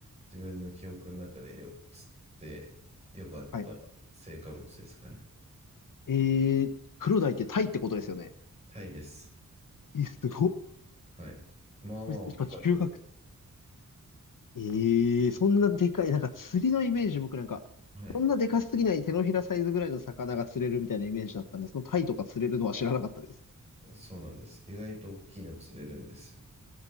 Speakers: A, on the right; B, on the left.
A: 自分の記憶の中でよ釣ってよかった成果物ですかね。
B: はい。えー、黒鯛ってタイってことですよね。
A: タイです。
B: え、すごっ。こ
A: はい。まあまあ大きかったです。
B: れしかも中学ええそんなでかい、なんか釣りのイメージ、僕なんか、
A: はい。
B: そんなでかすぎない手のひらサイズぐらいの魚が釣れるみたいなイメージだったんですそのタイとか釣れるのは知らなかったです。
A: そうなんです。意外と大きいの釣れるんですよ。